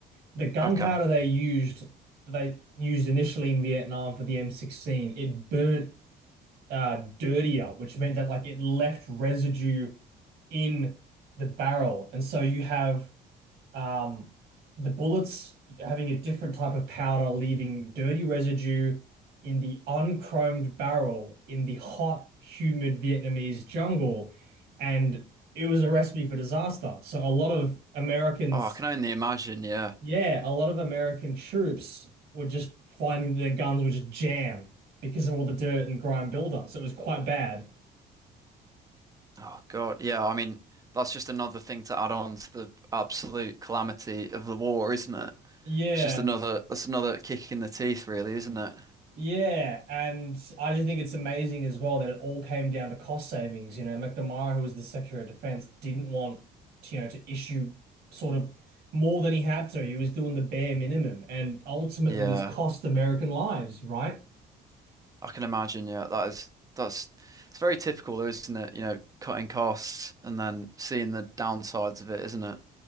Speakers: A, on the right; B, on the right.
A: the gunpowder
B: okay.
A: they used they used initially in Vietnam for the M16 it burnt uh dirtier which meant that like it left residue in the barrel and so you have um the bullets having a different type of powder leaving dirty residue in the unchromed barrel in the hot humid Vietnamese jungle and it was a recipe for disaster so a lot of Americans
B: Oh, I can only imagine. Yeah.
A: yeah, a lot of American troops were just finding their guns were just jammed because of all the dirt and grime buildup, so it was quite bad.
B: Oh God. Yeah. I mean, that's just another thing to add on to the absolute calamity of the war, isn't it?
A: Yeah,
B: It's just another that's another kick in the teeth, really, isn't it?
A: yeah, and I just think it's amazing as well that it all came down to cost savings. You know, McNamara, who was the Secretary of Defense, didn't want to, you know to issue sort of more than he had to. He was doing the bare minimum, and ultimately
B: Yeah,
A: this cost American lives, right?
B: I can imagine. Yeah, that is that's it's very typical, though, isn't it? You know, cutting costs and then seeing the downsides of it, isn't it?